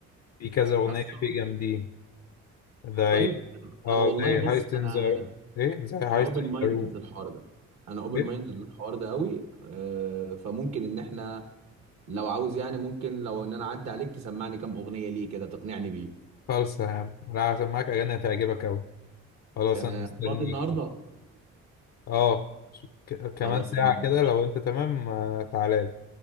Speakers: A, on the left; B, on the right.
A: في كذا اغنيه
B: اصلا
A: فيه جامدين زي
B: طيب
A: اه
B: انا والله
A: زي
B: بص
A: هايستن
B: انا
A: زار
B: انا
A: ايه زي هايستن
B: انا اوبن مايندد
A: ذا روم
B: للحوار ده انا اوبن
A: ايه
B: مايندد للحوار ده قوي آه، فممكن ان احنا لو عاوز يعني ممكن لو ان انا اعدي عليك تسمعني كام اغنيه ليه كده تقنعني بيه
A: خالصة يا عم لا هسمعك اغاني هتعجبك اوي خلاص
B: تمام
A: انا مستنيك
B: فاضي النهارده
A: اه ش- ك... كمان
B: خلاص
A: ساعه
B: تمام
A: كده
B: يا باشا
A: لو انت تمام آه، تعالى لي